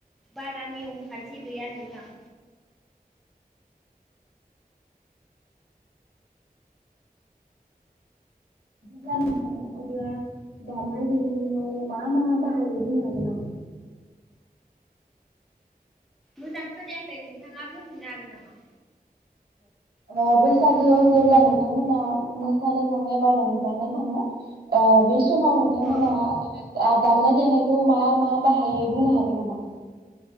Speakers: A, in the centre; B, on the right (about 80°).
A: बारा नियम खान्थि गैया नोंथां।
B: जानो सानो अब्ला दामनाय-देनायाव मा मा बाहायो बुंनो हागोन नामा?
A: मोजां खोनायाखै नोंथाङा बुंफिननो हागोन नामा?
B: अ बैसागोआव जेब्ला नोंथांमोना मोसानो थाङो एबा रंजानो थाङो अ बे। समाव नोंथांमोना।
A: अ
B: दामनाय-देनायखौ मा मा बाहायो बुंनो हागोन नामा?